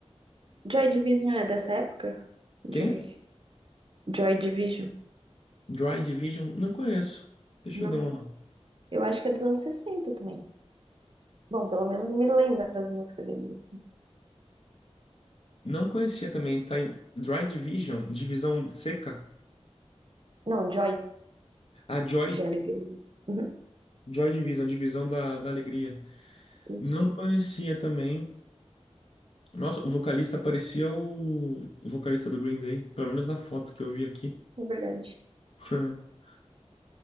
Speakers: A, on the right (about 50°); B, on the left (about 60°).
A: Joy Division é dessa época?
B: Quem?
A: Joy. Joy Division.
B: Dry Division? Não conheço. Deixa
A: Não.
B: eu dar uma.
A: Eu acho que é dos anos 60 também. Bom, pelo menos me lembra as músicas deles.
B: Não conhecia também. Tá em Dry Division, divisão seca.
A: Não, Joy.
B: A Joy,
A: De alegria. Uhum.
B: Joy Division, divisão da, da alegria.
A: Isso,
B: Não conhecia também. Nossa, o vocalista parecia o, o vocalista do Green Day, pelo menos na foto que eu vi aqui.
A: é verdade.
B: <laughs>